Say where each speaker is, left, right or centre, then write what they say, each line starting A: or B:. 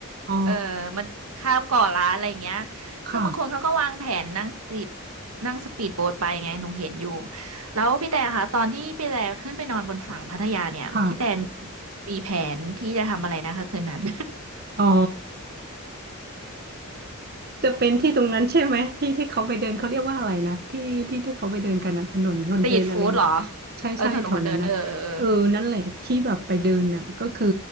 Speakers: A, on the right; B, on the right.
A: อ๋อ
B: เออมันข้ามเกาะล้านอะไรอย่างเงี้ย
A: ค่ะ
B: คือบางคนเขาก็วางแผนนั่งสปีดนั่งสปีดโบ๊ทไปไงหนูเห็นอยู่แล้วพี่แต่ค่ะตอนที่พี่แต่ขึ้นไปนอนบนฝั่งพัทยาเนี่ยพี่แต่
A: ค่ะ
B: มีแผนที่จะทำอะไรนะคะคืนนั้น
A: อ๋อ จะเป็นที่ตรงนั้นใช่ไหมที่ที่เขาไปเดินเขาเรียกว่าอะไรนะที่ที่ที่เขาไปเดินกันนะถนนคนเดินอะไรนะ
B: <laughs> สตรีทฟู้ด <laughs> เหรอ
A: ใช่ใช่แถวนั้นนะเออนั่นแหละที่แบบไปเดินน่ะก็คือ
B: เออถนนคนเดินเออเออเออ